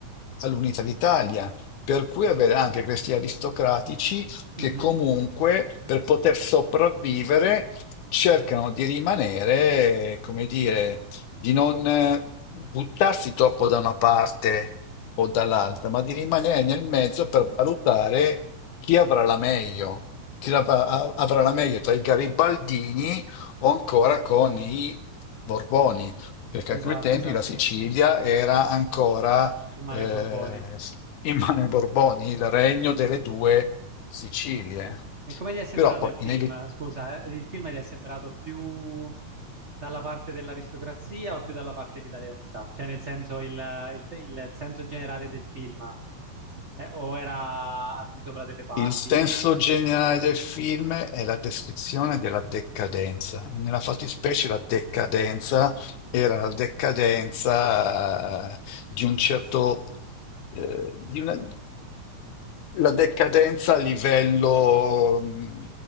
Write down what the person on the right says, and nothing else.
Mhm.
Esatto,
esatto.
In mano
ai Borboni.
E come ti è sembrato
il film?
Scusa, eh, il film ti è sembrato più dalla parte dell'aristocrazia o più dalla parte dell'Italia Unita? Cioè, nel senso, il, il- il senso generale del film, eh, o era al di sopra delle parti,